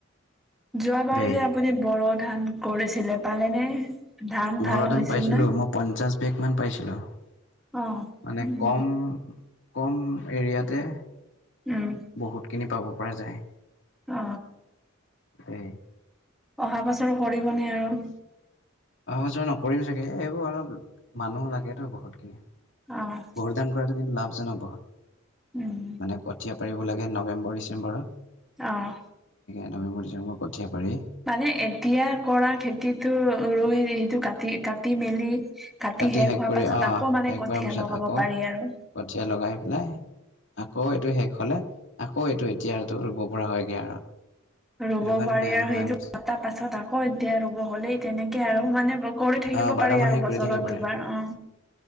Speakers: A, in the centre; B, on the left.
A: যোৱাবাৰ
B: দেই
A: যে আপুনি বৰ ধান কৰিছিলে পালেনে? ধান ভাল
B: বৰধান
A: হৈছিল
B: পাইছিলোঁ
A: নে?
B: মই পঞ্চাছ বেগ মান পাইছিলোঁ। মানে
A: অ', উম।
B: কম কম এৰিয়াতে,
A: উম,
B: বহুতখিনি পাব পৰা যায়।
A: অ!
B: উ!
A: অহাৰ পাছৰো কৰিবনে আৰু
B: অহ য নকৰিম চাগে এইবোৰ অলপ মানুহ লাগেতেতো বহুতখিনি
A: অ',
B: বহুত ধান কৰাটো কিন্তু লাভজনক বহুত মানে
A: উম,
B: কঠীয়া পাৰিব লাগে নৱেম্বৰ, পৰ ডিচেম্বৰ
A: আহ
B: নৱেম্বৰ ডিচেম্বৰ পঠিয়া পাৰি
A: মানে এতিয়া কৰা খেতিতটো ৰুই সেইটো কাটি কাটি মেলি
B: কাটি শেষ
A: হোৱাৰ
B: কৰি
A: পাছত
B: আহ
A: আকৌ মানে
B: শেষ
A: কঠীয়া
B: কৰ পিছত
A: লগাব
B: আকৌ
A: পাৰি আৰু
B: কঠীয়া লগাই পেলাই আকৌ এইটো শেষ হলে আকৌ এইটো এতিয়াটো ৰুব পৰা হয়গৈ আৰু
A: ৰুব
B: সেইটো কাৰণে
A: পাৰি
B: বেয়া
A: আৰু
B: নহয়
A: সেইটো
B: বস্তু
A: এটা পাছত আকৌ এতিয়া ৰুব হ'লেই তেনেকে আৰু মানে কৰি থাকিব
B: অ বাৰ
A: পাৰি
B: মাহে
A: আৰু বছৰত
B: কৰি থাকিব পাৰে
A: দুবাৰ অ